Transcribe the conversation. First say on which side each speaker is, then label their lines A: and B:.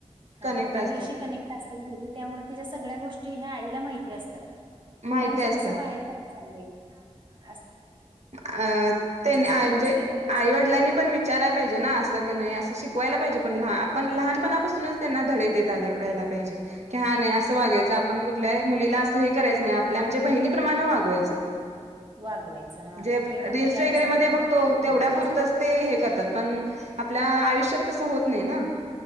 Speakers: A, on the right; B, on the right.
A: हा
B: कनेक्ट असतात
A: आईशी कनेक्ट असते. मुलगी त्यामुळे त्या सगळ्या गोष्टी या आईला माहिती असतात. मुलांच
B: माहिती असतात
A: तसं बाहेर ड <unintelligible>
B: अ त्यांनी
A: सांगतच
B: म्हणजे
A: नाहीत मुलं
B: आईवडिलांनी
A: शक्यतो.
B: पण विचाराला पाहिजे ना अस. नाही अस शिकवायला पाहिजे, पण आपण लहानपणापासूनच त्यांना धडे देत आल पाहिजे. की हा नाही असं वागायचं आपण कुठल्याही मुलीला असं हे करायचं नाही, आपल्या म्हणजे बहिणीप्रमाणे वागवायचं.
A: वागवायचं हा
B: म्हणजे
A: हे पण
B: रील्स
A: मुलांना
B: वगैरे
A: सांगणं
B: मध्ये
A: पण
B: बघतो
A: तेवढंच
B: तेवढ्या
A: गरजेच
B: पुुरतच
A: आहे.
B: ते हे करतात, पण आपल्या आयुष्यात तसं होत नाही ना.